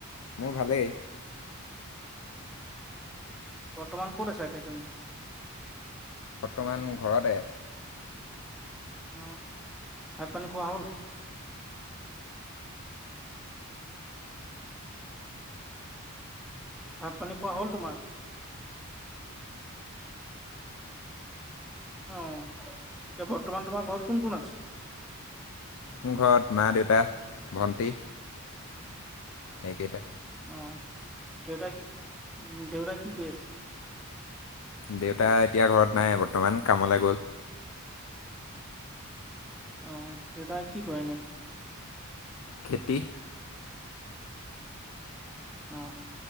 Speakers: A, on the left; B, in the centre.
A: মোৰ ভালেই।
B: বৰ্তমান ক'ত আছা এতিয়া তুমি?
A: বৰ্তমান ঘৰতে।
B: অ। ভাত পানী খোৱা হ'ল? ভাত পানী খোৱা হ'ল তোমাৰ? অ। এ বৰ্তমান তোমাৰ ঘৰত কোন কোন আছে?
A: মোৰ ঘৰত মা, দেউতা, ভণ্টী এই কেইটা
B: অ দেউতা কি, উ দেউতৰা কি কৈছ
A: দেউতা এতিয়া ঘৰত নাই বৰ্তমান কামলৈ গ'ল।
B: আহ। দেউতা কি কয়
A: খেতি।
B: অ